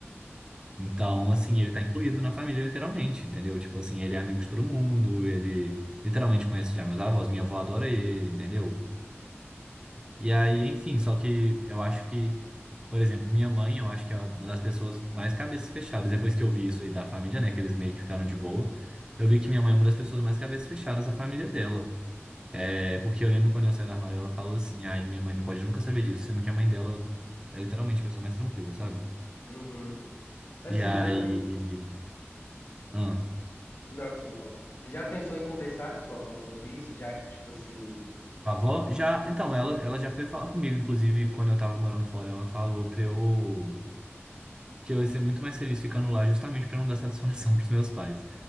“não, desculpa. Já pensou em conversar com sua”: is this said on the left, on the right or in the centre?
Left